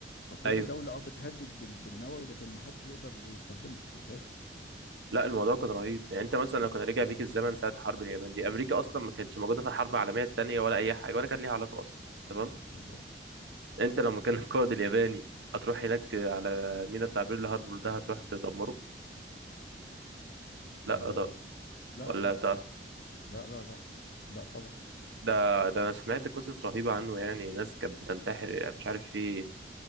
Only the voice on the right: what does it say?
أيوه
لا الموضوع كان رهيب يعني أنت مثلا لو كان رجع
بيك الزمن ساعة حرب اليابان دي أمريكا أصلا ما كانتش موجودة في الحرب العالمية التانية ولا أي حاجة ولا كان ليها علاقة أصلا تمام
أنت لو مكان <laughs> القائد الياباني هتروح هناك ت- على ميناء بتاع بيرل هاربور ده هتروح تدمره لا
طب
ولا
طب
ده ده أنا سمعت قصص رهيبة عنه يعني ناس كانت بتنتحر يعني، مش عارف في